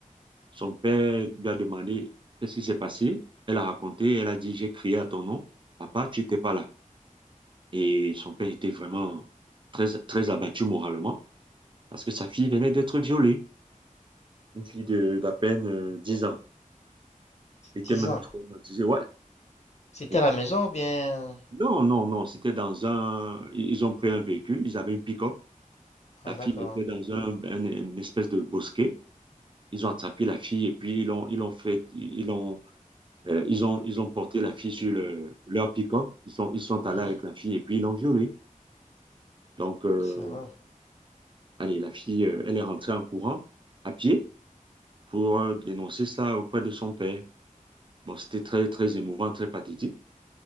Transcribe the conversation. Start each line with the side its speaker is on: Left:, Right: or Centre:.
Right: Son père lui a demandé qu'est-ce qui s'est passé. Elle a raconté, elle a dit, j'ai crié à ton nom, papa, tu n'étais pas là. Et son père était vraiment très, très abattu moralement parce que sa fille venait d'être violée. Une fille de, d'à peine euh, 10 ans. Elle était
Left: Dix
Right: même
Left: ans.
Right: traumatisée, ouais.
Left: C'était
Right: Et-
Left: à la maison ou bien...
Right: non, non, non, c'était dans un... Ils ont pris un véhicule, ils avaient une pick-up.
Left: Ah,
Right: La fille
Left: d'accord.
Right: était dans un, un- une espèce de bosquet. Ils ont attrapé la fille et puis ils l'ont, ils l'ont fait, ils l'ont Euh, ils ont, ils ont porté la fille sur le- leur pick-up. Ils sont, ils sont
Left: Mhm.
Right: allés avec la fille et puis ils l'ont violée. Donc, euh,
Left: Salaud.
Right: allez, la fille, euh, elle est rentrée en courant à pied pour euh, dénoncer ça auprès de son père. Bon, c'était très, très émouvant, très pathétique.